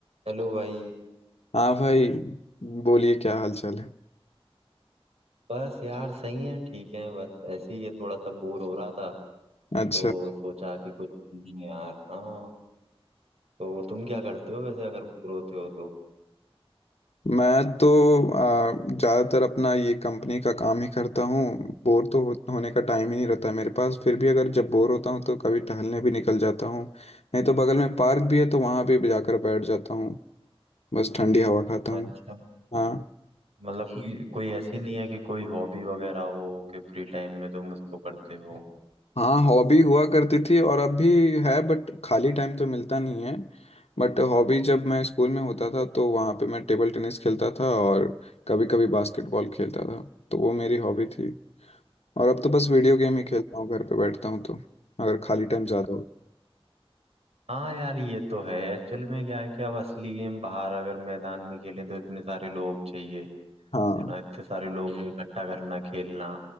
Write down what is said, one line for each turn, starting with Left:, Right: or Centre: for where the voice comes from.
Right: चलो भाई
Left: हाँ भाई बोलिए क्या हाल चाल है
Right: बस यार सही है ठीक है बस ऐसे ही है थोड़ा सा बोर हो रहा था
Left: अच्छा
Right: तो सोचा कि कुछ नहीं है यार हाँ तो तुम क्या करते हो वैसे अगर बोर होते हो तो
Left: मैं तो आ, ज़्यादातर अपना ये कंपनी का काम ही करता हूँ बोर तो हो, होने का टाइम ही नहीं रहता है मेरे पास फिर भी अगर जब बोर होता हूँ तो कभी टहलने भी निकल जाता हूँ नहीं तो बगल में पार्क भी है तो वहाँ भी जाकर बैठ जाता हूँ बस ठंडी हवा खाता
Right: अच्छा
Left: हूँ हाँ
Right: मतलब कोई कोई ऐसी नहीं है कि कोई हॉबी वगैरह हो कि फ्री टाइम में तुम उसको करते हो
Left: हाँ हॉबी हुआ करती थी और अब भी है बट खाली टाइम तो मिलता नहीं है बट हॉबी जब मैं स्कूल में होता था तो वहाँ पे मैं टेबल टेनिस खेलता था और कभी कभी बास्केटबॉल खेलता था तो वो मेरी हॉबी थी और अब तो बस वीडियो गेम ही खेलता हूँ घर पे बैठता हूँ तो अगर खाली टाइम ज़्यादा हो
Right: हाँ यार ये तो है एक्चुअल में क्या है कि अब असली गेम बाहर अगर मैदान में खेलें तो इतने सारे लोग चाहिए
Left: हाँ
Right: है ना इतने सारे लोगों को इकट्ठा करना खेलना